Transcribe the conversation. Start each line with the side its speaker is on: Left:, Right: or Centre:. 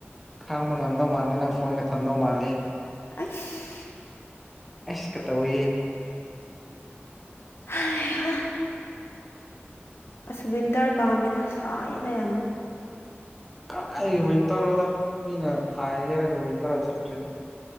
Centre: ꯈꯥꯡꯕ ꯉꯝꯗꯧ ꯃꯥꯥꯟꯗꯦ ꯅꯪ ꯐꯣꯟꯒ ꯊꯝꯗꯧ ꯃꯥꯜꯂꯤ
Left: ꯑꯩꯁ
Centre: ꯑꯩꯁ ꯀ ꯇꯧꯋꯤꯍꯦ
Left: ꯍꯩ ꯍꯥ ꯑꯁ ꯋꯤꯟꯇꯔ ꯄꯥꯝꯃꯦꯅ ꯁꯥꯏꯌꯦꯗ ꯌꯥꯝꯅ
Centre: ꯀꯥꯏ ꯋꯤꯟꯇꯔꯅꯣꯗ ꯃꯤꯅ ꯈꯥꯏꯒꯦ ꯍꯥꯍꯔꯒ ꯋꯤꯟꯇꯔꯗ ꯆꯠꯇ꯭ꯔꯦꯗꯤ